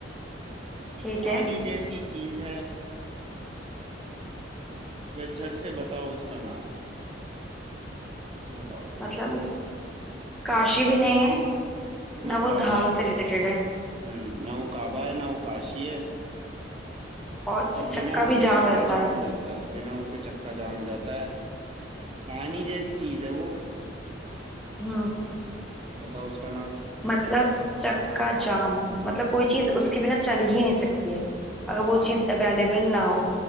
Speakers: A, in the centre; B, on the right (about 30°).
A: ठीक
B: पानी
A: है
B: जैसी चीज है वह झट से बताओ उसका नाम बताओ
A: मतलब काशी भी
B: न-
A: नहीं है
B: ना
A: ना वो
B: काबा
A: धाम
B: है
A: से रिलेटेड है
B: हम्म ना वो काबा है ना वो काशी है
A: और से
B: पर
A: चक्का
B: बिना उसके
A: भी
B: चक्का
A: जाम रहता
B: जाम
A: है
B: हो जाता है बिना उसके चक्का जाम हो जाता है पानी जैसी चीज है वो
A: हम्म
B: बताओ उसका नाम
A: मतलब चक्का जाम मतलब कोई चीज उसके बिना चल ही नहीं सकती है अगर
B: हाँ
A: वो चीज अवेलेबल ना हो